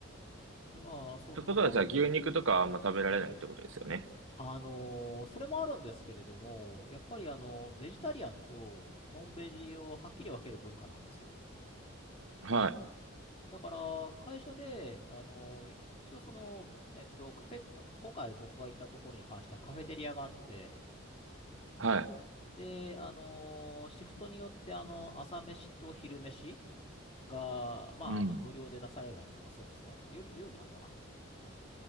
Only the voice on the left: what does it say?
まあ、そんな感じですね。
あのーそれもあるんですけれども、やっぱりあの、ベジタリアンとノンベジをはっきり分ける文化なんですよ。
だから、会社で、あのー一一応その、えっと、カフェ、今回僕が行ったところに関してはカフェテリアがあって、
で、あのーシフトによって、あの、朝飯と昼飯が、まあ、
あの、無料で出されたりとかするんですね。あ、夜、夜もあったかなうん